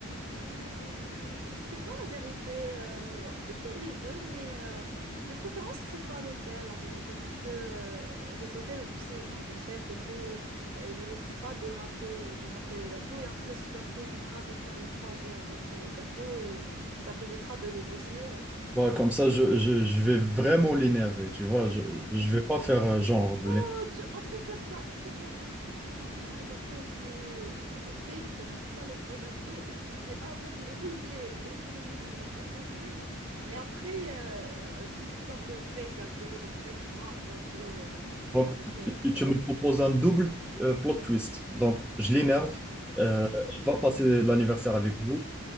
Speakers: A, on the right; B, in the centre.
A: Hum, c'est pas la vérité. euh, on peut faire les deux, mais euh, de préférence que ça soit à l'hôtel, la vérité, parce que euh, les hôtels, tu sais, ils ont des chefs et tout. euh, ils risquent pas de rater, de rater le gâteau. Et en plus, ça t'évitera de faire le trajet avec le gâteau et ça t'évitera de le bousiller. hein.
B: Bah, comme ça, je, je, je vais vraiment l'énerver, tu vois. Je, je vais pas faire euh, genre de l'énerver.
A: Oh, tu- on peut faire ça, on peut faire genre, tu ramènes un gâteau qui est euh, fake, genre c'est pas le vrai gâteau, et tu lui dis, ah merde, il est bousillé, et tu le bousilles, genre intentionnellement. Et après, euh, euh, tu lui sors le vrai gâteau, le vrai grand gâteau euh, fait
B: Donc,
A: à l'hôtel,
B: tu,
A: ou
B: tu
A: whatever.
B: me proposes un double euh, plot twist. Donc, je l'énerve, euh, elle va passer l'anniversaire avec vous.